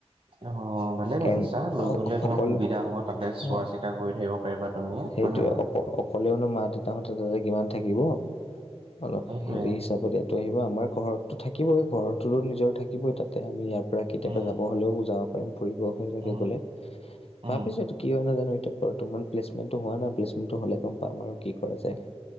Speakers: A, on the right; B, on the left.
A: অ, ভালে
B: কাৰণ
A: ভাবিছা। লৈ
B: অক
A: গ'লে
B: অকল
A: ধৰক সুবিধা হ'ব তাতে চোৱা-
B: অঁ
A: চিতা কৰি থাকিব পাৰিবা তুমি হয়
B: সেইটোৱে
A: নে নহয়?
B: অক অকলেওনো মা-দেউতাহঁতে তাতে কিমান থাকিব অলপ
A: সেইটোৱে
B: হেৰি হিচাপতে ত' আহিব আমাৰ ঘৰততো থাকিবই ঘৰতটোতো নিজৰ থাকিবই তাতে আমি ইয়াত পৰা কেতিয়াবা
A: উম
B: যাব হ'লেও যাব পাৰিম ফুৰিব হয় চাগে
A: উম
B: গলে
A: উম
B: ভাবিছোঁ এইটো কি হয় নাজানো এতিয়া বৰ্তমান প্লেচমেণ্টো হোৱা নাই প্লেচমেণ্টো হ'লে গম পাম আৰু কি কৰা যায়।